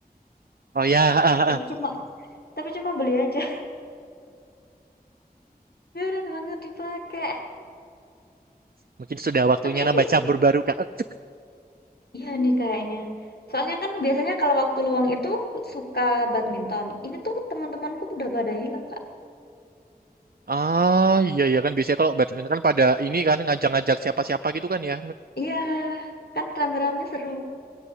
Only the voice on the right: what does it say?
Oh ya eh, eh,
eh.
Mungkin sudah waktunya
nambah
cabur baru Kak.
Ah iya iya kan biasanya kalau badminton kan pada ini kan ngajak-ngajak siapa-siapa gitu kan ya.